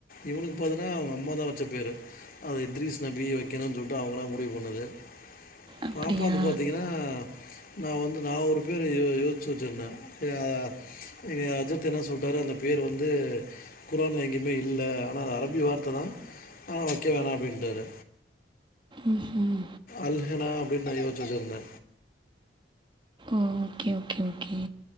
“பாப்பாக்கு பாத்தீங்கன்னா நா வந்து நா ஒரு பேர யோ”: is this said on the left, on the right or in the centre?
Left